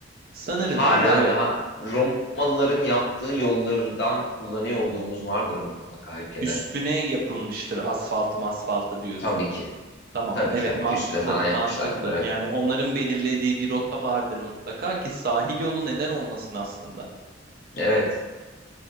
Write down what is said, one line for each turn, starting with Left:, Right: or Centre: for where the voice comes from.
Right: Sanırım
Left: hala
Right: abi evet
Left: daha Romalıların yaptığı yollardan kullanıyor olduğumuz vardır mutlaka ülkede.
Right: üstüne yapılmıştır asfalt masfaltı diyorsun.
Left: Tabii ki.
Right: Tamam
Left: Tabii
Right: evet
Left: ki tabii
Right: mantıklı
Left: ki üstüne falan yapmışlardır.
Right: mantıklı
Left: Evet.
Right: yani onların belirlediği bir rota vardır mutlaka ki sahil yolu neden olmasın aslında.
Left: Evet.